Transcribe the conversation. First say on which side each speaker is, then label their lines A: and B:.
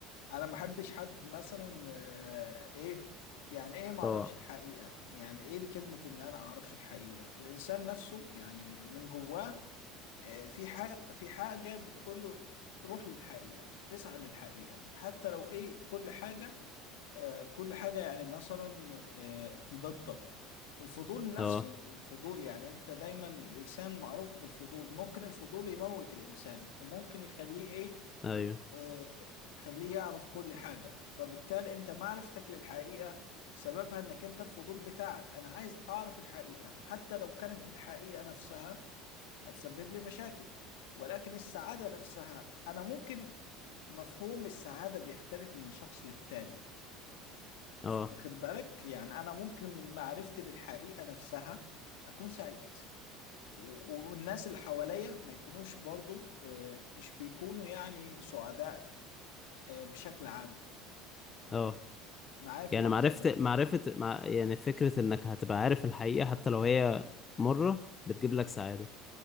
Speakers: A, on the left; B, on the left.
A: انا ما بحبش حد مثلا آه، ايه يعني ايه ما اعرفش
B: اه
A: الحقيقه يعني ايه كلمه ان انا اعرفش الحقيقه الانسان نفسه يعني من جواه آه، في حاجه في حاجه بتقول له روح للحقيقه اسعى للحقيقه حتى لو ايه كل حاجه آه، كل حاجه يعني مثلا آه، ضدك الفضول نفسه
B: اه
A: الفضول يعني انت دايما الانسان معروف بالفضول ممكن الفضول يموت الانسان وممكن يخليه ايه
B: ايوه
A: آه، يخليه يعرف كل حاجة فبالتالي انت معرفتك للحقيقة سببها انك انت الفضول بتاعك انا عايز اعرف الحقيقة حتى لو كانت الحقيقة نفسها هتسبب لي مشاكل ولكن السعادة نفسها انا ممكن مفهوم السعادة بيختلف من شخص للتاني
B: اه
A: واخد بالك يعني انا ممكن من معرفتي للحقيقة نفسها اكون سعيد و- والناس اللي حواليا ما يكونوش برضو آه، مش بيكونوا يعني سعداء آه، بشكل عام
B: اه
A: معايا في
B: يعني
A: اللحظة
B: معرفة
A: دي
B: معرفة مع يعني فكرة انك هتبقى عارف الحقيقة حتى لو هي مرة بتجيب لك سعادة